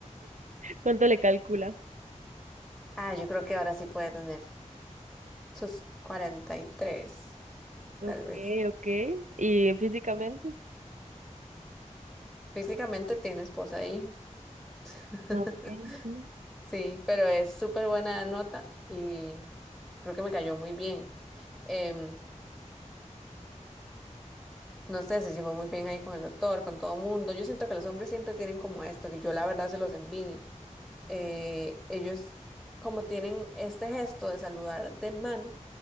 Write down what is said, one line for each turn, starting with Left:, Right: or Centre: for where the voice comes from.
Right: ¿Cuánto le calcula?
Centre: Ah, yo creo que ahora sí puede tener. Sus 43,
Right: Ok,
Centre: tal vez.
Right: ok. ¿Y físicamente?
Centre: Físicamente tiene esposa e hijos. <laughs>
Right: Ah, Ok. sí.
Centre: Sí, pero es súper buena nota y creo que me cayó muy bien. Em, no sé, se llevó muy bien ahí con el doctor, con todo mundo. Yo siento que los hombres siempre tienen como esto, que yo la verdad se los envidio. eh, ellos como tienen este gesto de saludar de mano,